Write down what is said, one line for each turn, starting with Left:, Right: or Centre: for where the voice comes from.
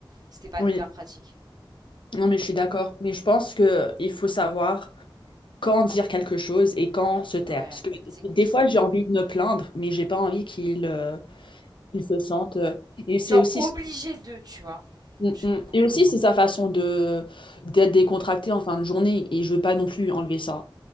Right: c'était pas
Left: Oui,
Right: hyper pratique.
Left: non, mais je suis d'accord. Mais je pense que il faut savoir quand dire quelque chose et quand se taire.
Right: Ouais,
Left: Parce que
Right: c'est compliqué.
Left: des fois, j'ai envie de me plaindre, mais j'ai pas envie qu'il euh, qu'il se sente. euh, Et c'est
Right: Genre
Left: aussi,
Right: obligé de, tu vois.
Left: Mm,
Right: Je
Left: mm.
Right: comprends.
Left: et aussi c'est sa façon de d'être décontracté en fin de journée. Et je veux pas non plus enlever ça.